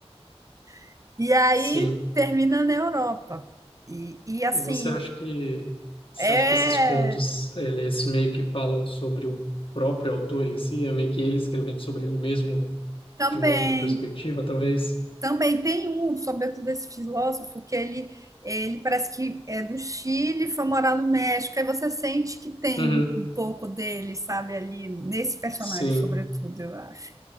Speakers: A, on the right; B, on the left.
A: <laughs> e aí
B: Sim.
A: termina na Europa. E, e assim,
B: E você acha que você
A: é
B: acha que esses contos eles meio que falam sobre o próprio autor em si, é meio que ele escrevendo sobre ele mesmo
A: também.
B: de uma outra perspectiva, talvez?
A: Também tem um, sobretudo esse filósofo, que ele, ele parece que é do Chile, e foi morar no México, aí você sente que tem
B: Uhum,
A: um, um pouco dele, sabe, ali, nesse personagem,
B: Sim,
A: sobretudo, eu acho.